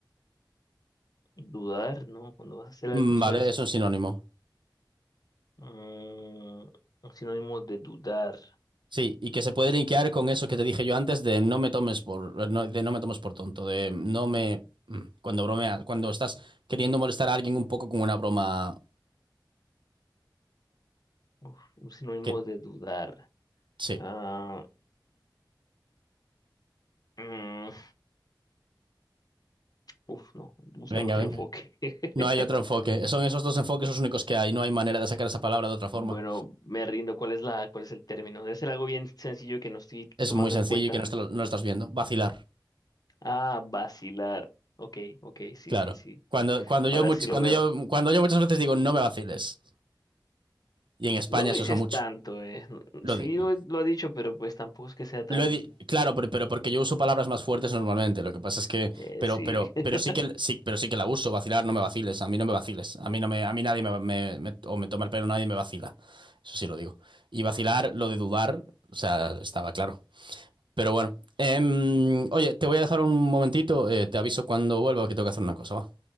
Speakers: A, on the left (about 55°); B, on the right (about 85°).
A: Dudar, ¿no? Cuando vas a hacer
B: Mm,
A: algunos
B: Vale,
A: a veces.
B: es un sinónimo.
A: Mm, un sinónimo de dudar.
B: Sí, y que se puede linkear con eso que te dije yo antes de no me tomes por, no, de no me tomes por tonto, de no me... mm, Cuando bromeas, cuando estás queriendo molestar a alguien un poco con una broma
A: Uf, un sinónimo
B: que...
A: de dudar.
B: Sí,
A: Ah, mm, uf, no. Búscame
B: venga,
A: otro
B: venga.
A: enfoque. <laughs>
B: No hay otro enfoque. Son esos dos enfoques los únicos que hay. No hay manera de sacar esa palabra de otra forma.
A: Bueno, me rindo. ¿Cuál es la, cuál es el término? Es algo bien sencillo que no estoy
B: Es
A: tomando
B: muy sencillo
A: en cuenta.
B: y que no, está- no lo estás viendo. Vacilar,
A: Ah, vacilar. Ok, ok, sí,
B: claro.
A: sí, sí.
B: Cuando, cuando, yo,
A: Ahora sí lo
B: cuando,
A: veo.
B: yo, cuando yo muchas veces digo no me vaciles, y en España
A: No lo
B: se
A: dices
B: usa mucho.
A: tanto, eh. no-
B: Lo
A: Sí
B: de-
A: lo, lo ha dicho, pero pues tampoco es que sea tan...
B: lo he claro, pero, pero porque yo uso palabras más fuertes normalmente. Lo que pasa es que,
A: Eh,
B: pero,
A: sí.
B: pero,
A: <laughs>
B: pero sí que, sí, pero sí que la uso. Vacilar, no me vaciles. A mí no me vaciles. A mí no me, a mí nadie me, me- me- o me toma el pelo, nadie me vacila. Eso sí lo digo. Y vacilar, lo de dudar, o sea, estaba claro. Pero bueno. Em, oye, te voy a dejar un momentito. eh, te aviso cuando vuelva que tengo que hacer una cosa, va.